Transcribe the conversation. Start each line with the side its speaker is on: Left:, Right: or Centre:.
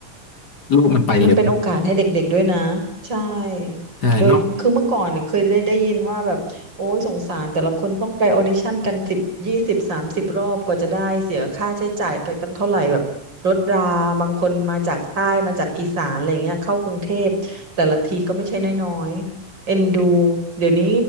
Left: โลกมันไปเร็ว
Right: มันเป็นโอกาสให้เด็กๆด้วยนะใช่
Left: ใช่เนาะ
Right: โดยคือเมื่อก่อนเนี่ยเคยได้ได้ยินว่าแบบโอ้ยสงสารแต่ละคนต้องไปออดิชั่นกันสิบยี่สิบสามสิบรอบกว่าจะได้เสียค่าใช้จ่ายไปตั้งเท่าไหร่แบบรถราบางคนมาจากใต้มาจากอีสานอะไรเงี้ยเข้ากรุงเทพแต่ละทีก็ไม่ใช่น้อยๆเอ็นดูเดี๋ยวนี้